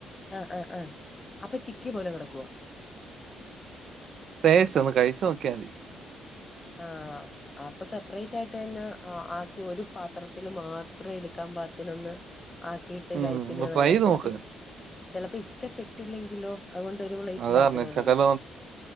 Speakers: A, on the left (about 20°); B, on the right (about 65°).
A: ആഹ് ആഹ് ആഹ് അപ്പൊ ചിക്കിയ പോലെ കെടക്കുവോ
B: ടേസ്റ്റ് ഒന്ന് കഴിച്ച് നോക്കിയ മതി
A: ആഹ് അപ്പൊ സെപ്പറേറ്റ് ആയിട്ട് തന്നെ ആക്കി ഒരു പാത്രത്തില് മാത്രം എടുക്കാൻ പാകത്തിനൊന്ന് ആക്കിട്ട്
B: ഉം
A: കഴിക്കുന്നെയാ
B: ഒന്ന്
A: നല്ലത്
B: ട്രൈ ചെയ്ത്
A: ചിലപ്പോ
B: നോക്ക്
A: ചിലപ്പോ ഇഷ്ടപ്പെട്ടില്ലെങ്കിലോ അതുകൊണ്ട് ഒരു പ്ലെയിറ്റിലാക്കുന്ന
B: അതാ പറഞ്ഞെ ശകലം
A: നല്ലെ